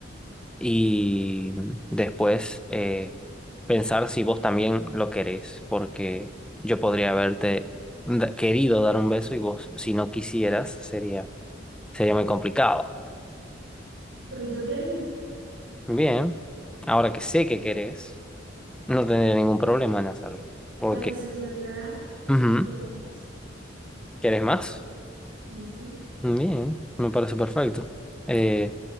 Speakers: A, in the centre; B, on the right.
A: y después eh, pensar si vos también lo querés, porque yo podría haberte da- querido dar un beso y vos, si no quisieras, sería, sería muy complicado.
B: pero yo quería.
A: Bien, ahora que sé que querés, no tendría ningún problema en hacerlo, porque
B: Pareció verdad
A: ujú,
B: Quiero más.
A: ¿querés más?
B: Y sí,
A: Bien, me parece perfecto. Eh,